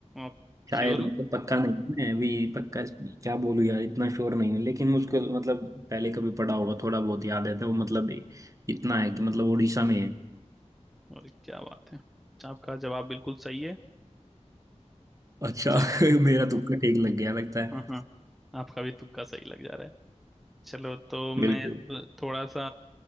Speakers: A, in the centre; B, on the right.
A: आप
B: शायद
A: श्योर
B: मतलब
A: हो
B: पक्का नहीं मैं अभी पक्का क्या बोलूँ यार इतना श्योर नहीं हूँ लेकिन मुझको मतलब पहले कभी पढ़ा होगा थोड़ा बहुत याद है तो वो मतलब इतना है कि मतलब उड़ीसा में है
A: और क्या बात है आपका जवाब बिल्कुल सही है
B: अच्छा
A: चलो
B: <laughs> मेरा तुक्का ठीक लग गया लगता है
A: हाँ हाँ आपका भी तुक्का सही लग जा रहा है चलो तो मैं
B: बिल्कुल
A: अब थोड़ा सा